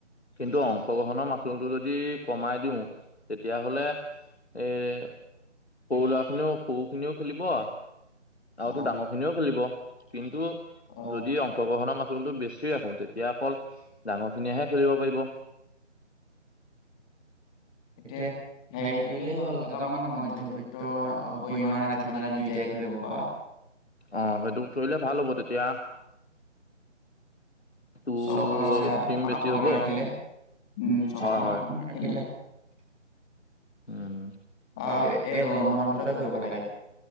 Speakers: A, on the left; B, in the centre.
A: কিন্তু অংশগ্ৰহণৰ মাচুলটো যদি কমাই দিওঁ তেতিয়াহলে এ সৰু ল'ৰা খিনিও সৰু খিনিও খেলিব- <unintelligible>
B: অ',
A: আৰুতো ডাঙৰ খিনিও খেলিব। কিন্তু
B: অ'।
A: যদি অংশগ্ৰহণৰ মাচুল- টো বেচি ৰাখো তেতিয়া অকল ডাঙৰ খিনিয়েহে খেলিব পাৰিব।
B: এতিয়া হেৰি কৰিলেই হ'ল এটা মানে মধ্যবিত্ত পৰিমাণৰ ৰাখি মানে দুইটাই খেলিব পৰা। <unintelligible>
A: আহ সেইটো কৰিলে ভাল হ'ব তেতিয়া- তোৰ
B: ছশ চাই
A: টিম
B: সাতশক
A: বেছি হ'ব
B: ৰাখিলে উম ছশ
A: হয়
B: সাতশনমান
A: হয়
B: ৰাখিলে- <unintelligible>
A: উম।
B: আৰু এই গৰম বন্ধতে কৰিব লাগে।